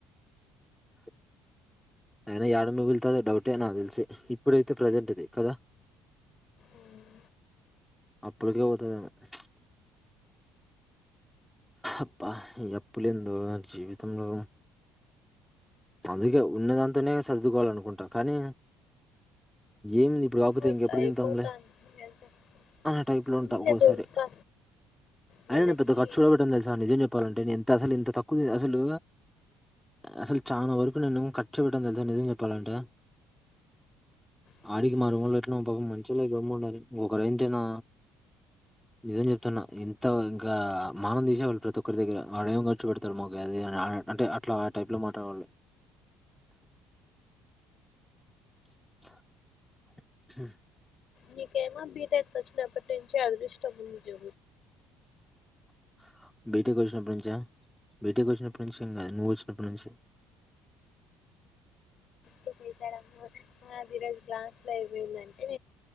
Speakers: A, in the centre; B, on the left.
A: బ్లాంక్ అయినా ఏడ మిగులుతదో డౌటే నాకు తెలిసి ఇప్పుడైతే ప్రజెంటిది కదా.
B: ఉమ్.
A: అప్పుడుకే పోతాదెమొ ప్చ్. అబ్బా ఈ అప్పులేందో జీవితంలో. అందుకే ఉన్నదాంతోనే సర్దుకోవాలనుకుంటాం కానీ ఏంది. ఇప్పుడు కాకపోతే
B: అట్లా
A: ఇంకెప్పుడు
B: అయిపోతాంది
A: తింటాంలె
B: ఏం చేస్తాం
A: అనే టైప్లో
B: ఉన్నిలే
A: ఉంటా ఒక్కోక్కసారి
B: చూస్తా మనకి
A: అయినా నేన్ పెద్ద ఖర్చు గుడ పెట్టన్ తెల్సా నిజం చెప్పాలం టే ఎంత అసల్ ఎంత తక్కు తి అసలు అసల్ చానా వరకు నేను ఖర్చు పెట్టన్ తెల్సా నిజం చెప్పాలంటే
B: ఉమ్.
A: ఆడికి మా రూమోల్ ఎట్లనో పాపం మంచిళ్లే గమ్మునున్నారు ఇంకొకర్ అయ్యి ఉంటేనా <inaudible> నిజం చెప్తున ఇంత ఇంకా మనంతిసే వాళ్ళు ప్రతి ఒక్కరి దగ్గర వాడేం ఖర్చు పెడతాడు అది ఇది అని అడ్. అంటే అట్లా ఆ టైప్ లో మాట్లాడేవాళ్లు. <inaudible> ఉమ్.
B: నీకేమో బీటెక్ వచ్చినప్పట్ నుంచి అదృష్టం ఉంది
A: <inaudible> బీటెక్ వచ్చినప్పటినుంచా బీటేక్ వచ్చినప్పట్నుంచేం కాదు నువ్ వచ్చినప్పట్ నుంచి <inaudible>
B: చెక్ చేసాడమ్మా ఆ ఈరోజు గ్లాస్ లో అయిపోయిందంటే